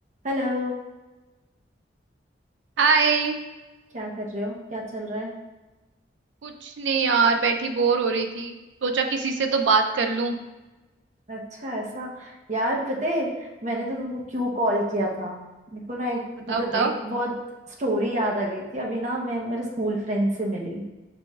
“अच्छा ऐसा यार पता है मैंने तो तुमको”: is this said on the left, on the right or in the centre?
Right